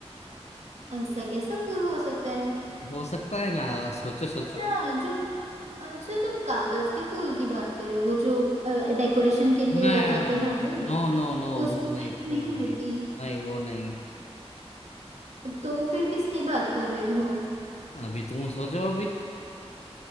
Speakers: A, on the right; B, on the left.
A: ऐसा कैसा फूल हो सकता है
B: हो सकता है ना सोचो सोचो
A: अच्छा जो अच्छा तुम कागज के फूल की बात कर रहे हो वो जो डेकोरेशन के लिए
B: ना
A: लगाते हैं वो
B: नो नो नो
A: उसमें
B: वो नहीं
A: मेहंदी
B: वो
A: नहीं
B: नहीं
A: होती
B: नहीं वो नहीं
A: तो फिर किसकी बात कर रहे हो
B: अभी तुम सोचो अभी